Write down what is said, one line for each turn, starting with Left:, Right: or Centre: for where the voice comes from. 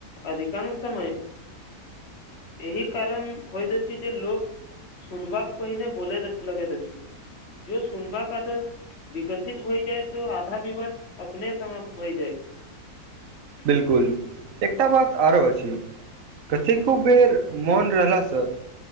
Left: अधिकांश समय एहि कारण होइत छथि जे लोक सुनबाक पहिने बोल लगैत अछि जे सुनबाक आदत विकसित होइ जाय तो आधा विवाद अपने समाप्त होइ जाय <unintelligible>
Right: बिल्कुल एकटा बात आरो अछि कथी खुब बेर मोन रहला सँ सब